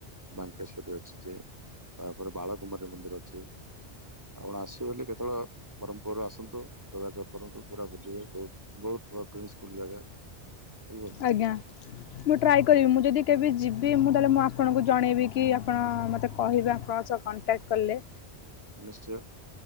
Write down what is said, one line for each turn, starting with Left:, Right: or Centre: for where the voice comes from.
Right: ମାଙ୍କେଶ୍ୱରି ଅଛି ତାପରେ ବାଳ କୁମାରୀ ମନ୍ଦିର ଅଛି। ଆପଣ ଆସିବେ ବୋଲି କେତେବେଳେ ବ୍ରହ୍ମପୁର ଆସନ୍ତୁ ଯୋଗାଯୋଗ କରନ୍ତୁ ପୁରା ବୁଲିବେ ବହୁତ ବହୁତ ସ୍କୁଲ ଜାଗା ବୁଝିପାରିଲେ।
Left: ଆଜ୍ଞା
Right: ହଁ,
Left: ମୁଁ ଟ୍ରାଏ କରିବି ମୁଁ ଯଦି କେବେ ଯିବି ମୁଁ ତାହେଲେ ମୁଁ ଆପ ଆପଣଙ୍କୁ ଜଣେଇବି କି ଆପଣ ମୋତେ କହିବେ ଆପଣଙ୍କ ସହ କଣ୍ଟାକ୍ଟ କଲେ
Right: ନିଶ୍ଚୟ।